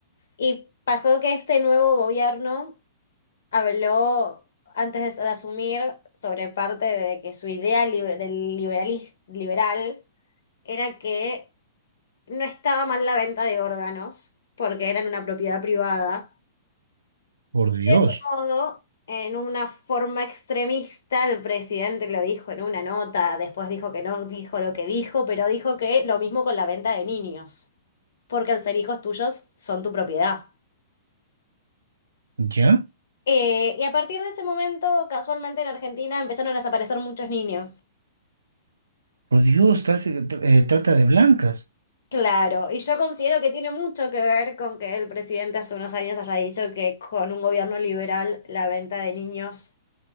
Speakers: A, on the left; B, on the right.
A: Y pasó que este nuevo gobierno habló antes de, de asumir sobre parte de que su idea libe- del liberalis- liberal era que no estaba mal la venta de órganos porque eran una propiedad privada.
B: Por Dios,
A: De ese modo, en una forma extremista, el presidente lo dijo en una nota, después dijo que no dijo lo que dijo, pero dijo que lo mismo con la venta de niños, porque al ser hijos tuyos son tu propiedad.
B: ¿ya?
A: Eh, y a partir de ese momento, casualmente en Argentina empezaron a desaparecer muchos niños.
B: Por Dios, tráfico- tr- eh, trata de blancas.
A: Claro, y yo considero que tiene mucho que ver con que el presidente hace unos años haya dicho que con un gobierno liberal la venta de niños